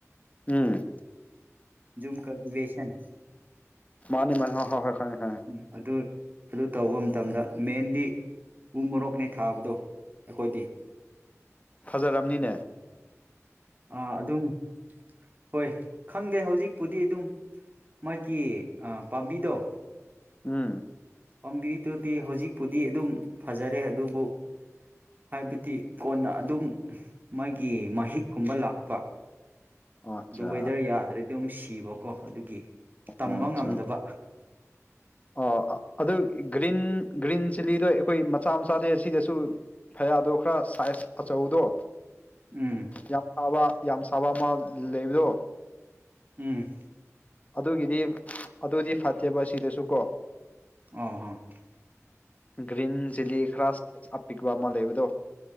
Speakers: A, on the left; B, on the right.
A: ꯎꯝ
B: ꯖꯝ ꯀꯜꯇꯤꯚꯦꯁꯟ
A: ꯃꯥꯅꯤ ꯃꯥꯅꯤ ꯍ ꯍꯣꯏ ꯈꯪꯉꯦ ꯍꯣꯏ ꯈꯪꯉꯦ
B: ꯎꯝ ꯑꯗꯨ ꯑꯗꯨ ꯇꯧꯕ ꯃꯇꯝꯗ ꯃꯦꯟꯗꯤ ꯎ ꯃꯣꯔꯣꯛꯅꯤ ꯊꯥꯕꯗꯣ ꯑꯩꯈꯣꯏꯗꯤ
A: ꯈꯖꯔꯝꯅꯤꯅꯦ
B: ꯑ ꯑꯗꯨꯝ ꯍꯣꯏ ꯈꯪꯗꯦ ꯍꯧꯖꯤꯛꯄꯨꯗꯤ ꯑꯗꯨꯝ ꯃꯥꯒꯤ ꯄꯥꯝꯕꯤꯗꯣ
A: ꯎꯝ
B: ꯄꯥꯝꯕꯤꯗꯨꯗꯤ ꯍꯧꯖꯤꯛꯄꯨꯗꯤ ꯑꯗꯨꯝ ꯐꯖꯔꯦ ꯑꯗꯨꯕꯨ ꯍꯥꯏꯕꯗꯤ ꯀꯣꯟꯅ ꯑꯗꯨꯝ ꯃꯥꯒꯤ ꯃꯍꯤꯛꯀꯨꯝꯕ ꯂꯥꯛꯄ
A: ꯑꯠꯆꯥ
B: ꯑꯗꯨ ꯋꯦꯗꯔ ꯌꯥꯗ꯭ꯔꯗꯤ ꯑꯗꯨꯝ ꯁꯤꯕꯀꯣ ꯑꯗꯨꯒꯤ ꯇꯝꯕ
A: ꯑꯣ
B: ꯉꯝꯗꯕ
A: ꯆ ꯑ ꯑꯗ <inaudible> ꯒ꯭ꯔꯤꯟ ꯒ꯭ꯔꯤꯟ ꯆꯤꯂꯤꯗꯣ ꯑꯩꯈꯣꯏ ꯃꯆꯥ ꯃꯆꯥꯗꯩ ꯑꯁꯤꯗꯁꯨ ꯐꯌꯥꯗꯣ ꯈꯔ ꯁꯥꯏꯖ ꯑꯆ ꯇꯧꯗꯣ
B: ꯎꯝ
A: ꯌꯥꯝꯕ ꯌꯥꯝ ꯁꯥꯕ ꯑꯃ ꯂꯩꯕꯗꯣ
B: ꯎꯝ
A: ꯑꯗꯨꯒꯤꯗꯤ ꯑꯗꯨꯗꯤ ꯐꯠꯇꯦꯕ ꯁꯤꯗꯁꯨ ꯀꯣ
B: ꯑ ꯍ <inaudible>
A: ꯒ꯭ꯔꯤꯟ ꯆꯤꯂꯤ ꯈ꯭ꯔꯥꯁ ꯑꯄꯤꯛꯄ ꯑꯃ ꯂꯩꯕꯗꯣ